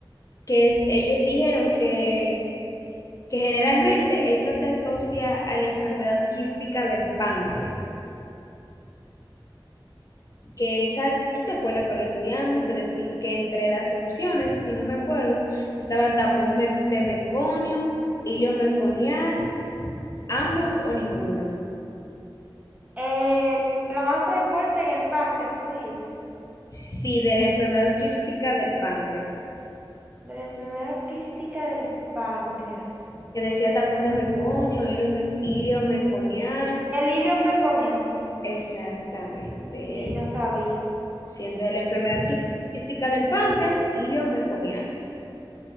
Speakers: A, on the left; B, on the right.
A: que es, ellos dijeron que, que generalmente esta se asocia a la enfermedad quística del páncreas, que esa, ¿tú te acuerdas que lo estudiamos? Que, decí- que entre las opciones, si no me acuerdo, estaba tapón me- de meconio, ilio meconial ambos o ninguno.
B: Eh, la más frecuente en el páncreas, tú dijiste.
A: Sí, de la enfermedad quística del páncreas,
B: De la enfermedad quística del páncreas.
A: que decía tapón de meconio, ilio- iliomeconial.
B: El hilo meconiano.
A: Exactamente,
B: Sí,
A: es.
B: yo sabía.
A: Sí, entonces la enfermedad qui- quística del páncreas, iliomeconial.